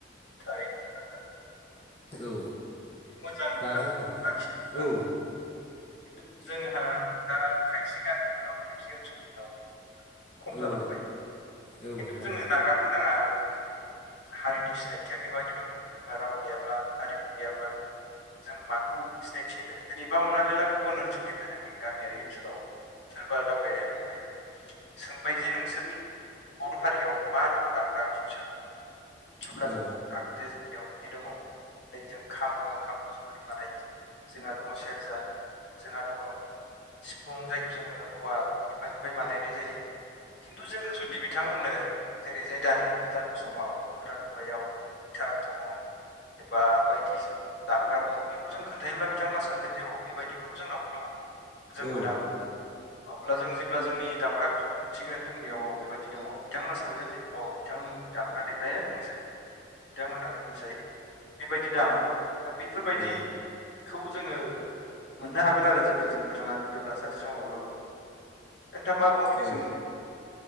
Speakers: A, on the left (about 70°); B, on the left (about 30°).
A: थारै नोंथां <unintelligible>
B: औ
A: बे मोजां नोंथां
B: दा जोंहा
A: लाखिदोंब्ला
B: औ
A: खिन्थु जोंहा दा खायसे गामिफ्राव खायसे ओनसोलफ्राव बेफोर खम जालांबाय
B: औ औ
A: खिन्थु
B: नोंथां
A: जोङो नागारनो नाङा जोंनि हारिनि सिनायथिया बेवहायनो दङ जोंहा राव गैयाब्ला हारिमु गैयाब्ला, जों माखौ सिनायथि होनो जेनेबा हमनानै ला गुबुन ओनसोलनिफ्राय जोंनि गामियारि ओनसोलाव सोरबा दावबायारिया फैबाय सोंबाय जे नोंसोरनि बर' हारियाव मा दङ दामग्रा आगजु हिसाबै अब्ला
B: औ
A: जों जे जोंनियाव बे दङ <unintelligible> खाम दङ खामखौ जों ओरै बानाय जोंहा दङ सेरजा, जोंहा दङ सिफुं जायखौ जोङो औवा बिफांनिफ्राय बानायनाय जायो। खिन्थु जोङो जुदि बिथांमोननो जेरै जाय दानि गोदान समाव, गोदान मुगायाव गिटार दङ, एबा बायदि दामग्रा दङ बेखौ जों खोन्थायोब्ला बिथांमोना सानगोन जे औ बेबायदि जोंनावबो दङ जोंबो
B: औ
A: दामोन अब्ला जों जेब्ला जोंनि दामग्रा आग खोनथिगोन जोंनियाव बेबायदि दङ बिथांमोना सानगोन जे औ बिथांमोननि दामग्रा देग्राया जोंनि <unintelligible> बिथांमोनहा जोंनिसाय बेबायदि दामो दा बेफोरबायदिखौ
B: औ
A: जोङो, मोननो हागोन आरो जुदि जों फोथांना दोनोब्ला सानसे समावब्लाबो नोंथाङ मा बुङो बेनि
B: औ
A: सोमोन्दै?